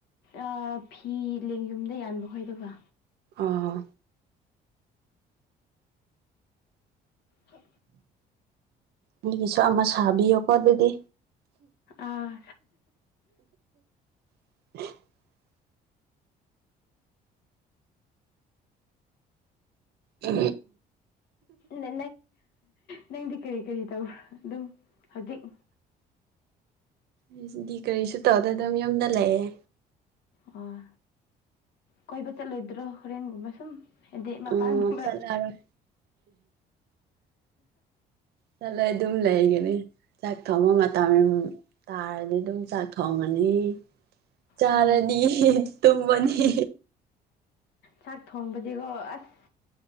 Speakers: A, on the left; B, on the right.
A: ꯑ ꯐꯤ ꯂꯦꯡ ꯌꯨꯝꯗ ꯌꯥꯟꯕ ꯈꯣꯏ ꯑꯗꯨꯒ
B: ꯑꯥ
A: ꯍ
B: ꯑꯩꯒꯤꯁꯨ ꯑꯃ ꯁꯥꯕꯤꯌꯣꯀꯣ ꯑꯗꯨꯗꯤ
A: ꯑꯥ
B: <inaudible> <inaudible> ꯑ
A: ꯅ ꯅꯪꯗꯤ ꯀꯔꯤ ꯀꯔꯤ ꯇꯧꯕ ꯑꯗꯨꯝ ꯍꯧꯖꯤꯛ
B: ꯑꯩꯗꯤ ꯀꯔꯤꯁꯨ ꯇꯧꯗ ꯑꯗꯨꯝ ꯌꯨꯝꯗ ꯂꯩꯑꯦ
A: ꯑꯣ ꯀꯣꯏꯕ ꯆꯠꯂꯣꯏꯗ꯭ꯔꯣ ꯍꯣꯔꯦꯟꯒꯨꯝꯕ ꯁꯨꯝ ꯑꯗꯨꯗꯤ ꯃꯄꯥꯟꯕ
B: ꯎꯝ ꯆꯠꯂꯔꯣꯏ ꯆꯠꯂ ꯑꯗꯨꯝ ꯂꯩꯒꯅꯤ ꯆꯥꯛ ꯊꯣꯡꯐꯝ ꯃꯇꯝ ꯇꯥꯔꯗꯤ ꯑꯗꯨꯝ ꯆꯥꯛ ꯊꯣꯡꯉꯅꯤ ꯆꯥꯔꯗꯤ
A: ꯎꯝ
B: ꯇꯨꯝꯃꯅꯤ
A: ꯆꯥꯛ ꯊꯣꯡꯕꯗꯤꯀꯣ ꯑꯁ